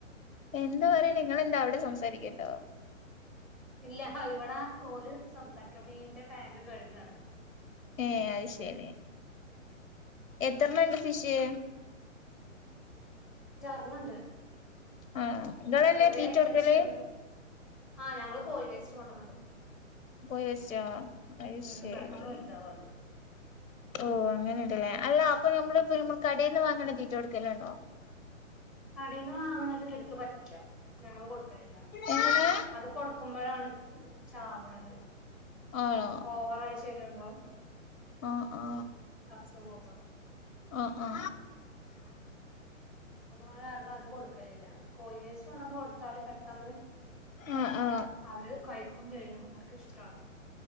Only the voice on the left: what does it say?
എന്ത് പറയ്ണ് നിങ്ങെന്താ അവിടെ സംസാരിക്ക്ണ്ടോ
ഏ അയ്ശരി എത്രണ്ണംണ്ട് ഫിഷ്
ആ ഇങ്ങളല്ലേ
തീറ്റ
കൊടുക്കല്
കോഴി വേസ്റ്റാ അയ്ശരി
ഓ അങ്ങനെ ട്ട്ല്ലേ അല്ല അപ്പൊ നമ്മള് പ്പ നമ്മള് കടീന്ന് വാങ്ങ്ണ തീറ്റ കൊടുക്കലുണ്ടോ
എങ്ങനെ
ആണോ
ആ ആ
ആ ആ
ആ ആ